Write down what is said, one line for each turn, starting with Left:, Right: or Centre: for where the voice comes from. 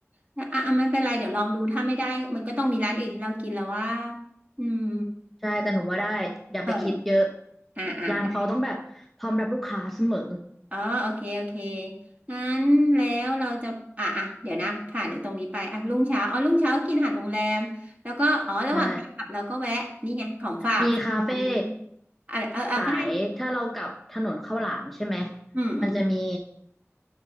Right: แล้วอ่ะอ่ะไม่เป็นไรเดี๋ยวลองดู ถ้าไม่ได้มันก็ต้องมีร้านอื่นให้เรากินแล้วว่าอืม
Centre: ใช่แต่หนูว่าได้อย่าไปคิดเยอะ
Right: เอออ่ะอ่ะ
Centre: ร้านเขาต้องแบบพร้อมรับลูกค้าเสมอ
Right: อ๋อโอเคโอเคงั้นแล้วเราจะอ่ะอ่ะเดี๋ยวนะผ่านในตรงนี้ไปอ่ะรุ่งเช้าอ๋อรุ่งเช้ากินอาหารโรงแรมแล้วก็อ๋อระหว่างขากลับเราก็แวะนี่ไงของฝากอัน
Centre: ใช่มีคาเฟ่
Right: อะไรเอออ่ะก็ได้
Centre: สายถ้าเรากลับถนนข้าวหลามใช่ไหม
Right: อืมอืม
Centre: มันจะมี